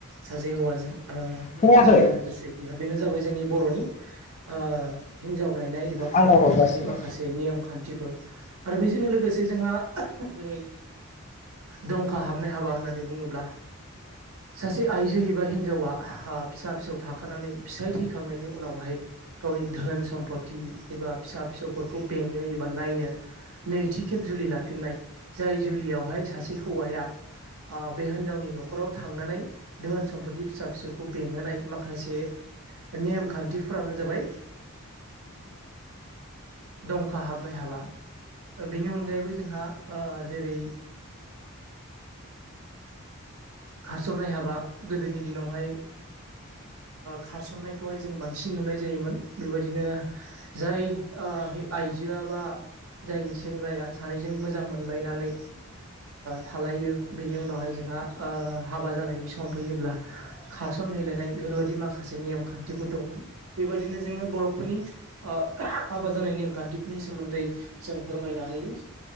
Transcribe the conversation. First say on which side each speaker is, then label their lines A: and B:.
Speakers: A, on the right; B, on the left.
A: सासे हौवाजों ओ
B: खोनायाखै
A: हाबा जानो गोसो गैया बेनो जाबाय जोंनि बर'नि ओ हिनजाव नाय एबा
B: आंनाव
A: खबर
B: हरगासिनो
A: थांनायनि माखासे नियम खान्थिफोर आरो बेजोंनो लोगोसे जोंहा जेरै दंखा हाबनाय हाबा होननानै बुङोब्ला सासे आइजो एैबा हिनजावा फिसा फिसौ थाखानानै फिसाय थैखांनायनि उनावहाय गावनि धोन सम्पति एबा फिसा फिसौफोरखौ बेंनो एबा नायनो नैथि खेब जुलि लाफिननाय जाय जुलियावहाय सासे हौवाया बे हिनजावनि न'खराव थांनानै दोहोन सम्फति फिसा फिसौखौ बेंहोनाय माखासे नेम खान्थिफोरानो जाबाय दंखा हाबनाय हाबा बेनि अनगायैबो जोंहा जेरै खारस'नाय हाबा गोदोनि दिनावहाय
B: <inaudible>
A: खारसननायखौहाय जों बांसिन नुनाय जायोमोन बेबायदिनो जाय आइजोआ बा जाय सेंग्राया सानैजों मोजां मोनलायनानै थालायो बेनि उनावहाय जोंहा हाबा जानायनि सम फैयोब्ला खार सनहैलायनाय बेफोरबायदि माखासे नेयम खान्थिफोर दंमोन बेबायदिनो जोङो बर'फोरनि ओ हाबा जानाय नेमखान्थिफोरनि सोमोन्दै जों फोरमायनो हायो